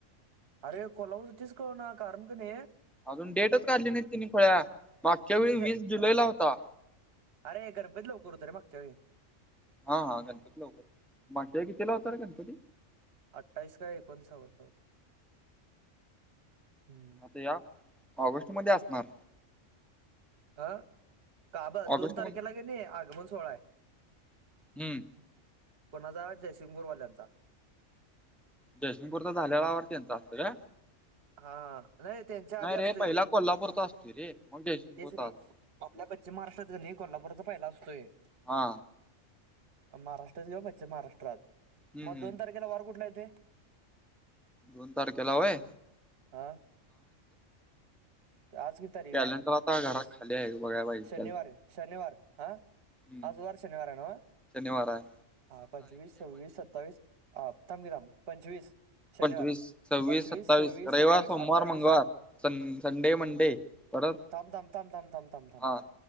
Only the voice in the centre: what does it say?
अजून डेटच काढली नाही तिने खुळ्या मागच्या
वेळी
वीस जुलै ला होता.
हा हा गणपती लवकर मागच्या वेळ कितीला होता रे गणपती?
ते या ऑगस्ट मध्ये असणार.
ऑगस्ट
मध्ये
हम्म
जयसिंगपूरचा झाल्यावर त्यांचा असतं का?
नाही
रे पहिला कोल्हापूरचा असतोय रे मग जयसिंगपूरचा
असतो
हा.
हम्म
हम्म
दोन तारखेला वय?
कॅलेंडर
आता
घरात खाली आहे बघायला पाहिजे
कॅलेंडर
हम्म
शनिवार हाय.
पंचवीस सव्वीस,
सत्तावीस
रविवार,
सोमवार,
मंगळवार सं संडे, मंडे परत
हा